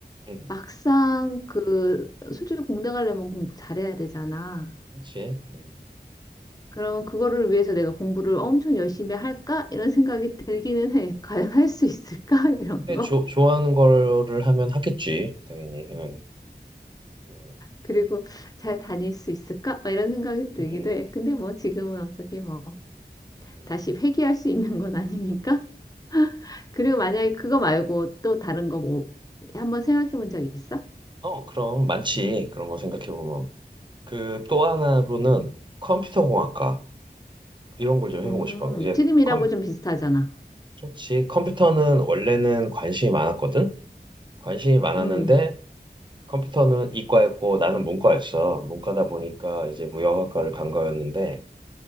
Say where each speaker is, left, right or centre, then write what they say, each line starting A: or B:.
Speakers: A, on the right; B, on the left.
A: 음,
B: 막상 그 솔직히 공대 가려면 공부 잘해야 되잖아.
A: 그렇지. 음.
B: 그러면 그거를 위해서 내가 공부를 엄청 열심히 할까? 이런 생각이 들기는 해. <laughs> 과연 할 수 있을까? <laughs> 이런
A: 근데
B: 거.
A: 조, 좋아하는 거를 하면 하겠지, 당연히. 음, 음.
B: 그리고 잘 다닐 수 있을까? 막 이런 생각이 들기도
A: 음.
B: 해. 근데 뭐 지금은 어차피 뭐
A: 음.
B: 다시 회귀할 수 있는 건 아니니까 그리고 만약에 그거 말고 또 다른 거 뭐 한번 생각해 본 적 있어?
A: 어, 그럼 많지. 그런 거 생각해 보면. 그 또 하나로는 컴퓨터공학과 이런 걸 좀 해보고
B: 음,
A: 싶어. 이제
B: 금이라고
A: 컴,
B: 좀 비슷하잖아.
A: 그렇지. 컴퓨터는 원래는 관심이 많았거든. 관심이 많았는데
B: 음,
A: 컴퓨터는 이과였고 나는 문과였어. 문과다 보니까 이제 무역학과를 간 거였는데